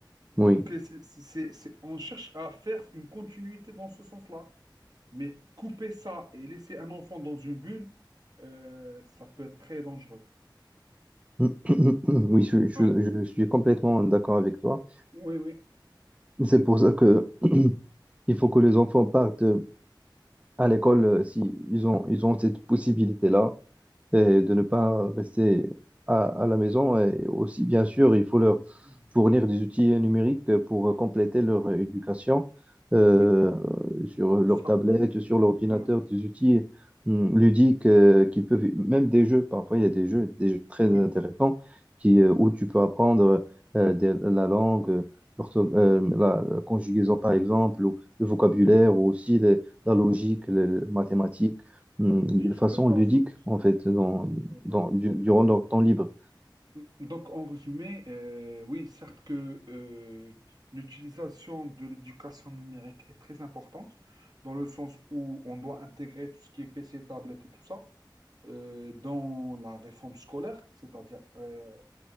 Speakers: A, on the right; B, on the right.
A: Donc,
B: Oui.
A: euh, c'est, c'est, c'est- on cherche à faire une continuité dans ce sens-là. Mais couper ça et laisser un enfant dans une bulle, euh, ça peut être très dangereux.
B: <coughs> <clears throat> Oui, je, je-
A: Ouais.
B: je suis complètement d'accord avec toi.
A: Oui, oui.
B: C'est pour ça que <coughs> <clears throat> il faut que les enfants partent. à l'école, euh, si ils ont, ils ont cette possibilité-là et de ne pas rester à, à la maison. Et aussi, bien sûr, il faut leur
A: Mhm.
B: fournir des outils numériques pour compléter leur éducation euh,
A: Oui,
B: sur leur
A: c'est ça.
B: tablette, sur l'ordinateur,
A: Voilà.
B: des outils hum, ludiques euh, qui peuvent, même des jeux, parfois il y a des jeux, des jeux très intéressants
A: Oui.
B: qui, euh, où
A: Oui.
B: tu peux apprendre euh, des- la langue. l'ortho- euh,
A: Mhm.
B: la la conjugaison par exemple, ou le vocabulaire, ou aussi la logique, les
A: Oui.
B: mathématiques,
A: Oui.
B: hum,
A: Oui.
B: d'une
A: Je suis
B: façon
A: d'accord
B: ludique,
A: à 100%.
B: en fait, dans,
A: Oui, voilà.
B: dans, du- durant
A: Do-
B: leur temps libre.
A: mmh. Donc, en résumé, euh, oui, certes que euh, l'utilisation de l'éducation numérique est très importante, dans le sens où on doit intégrer tout ce qui est PC, tablette et tout ça euh, dans la réforme scolaire, c'est-à-dire euh,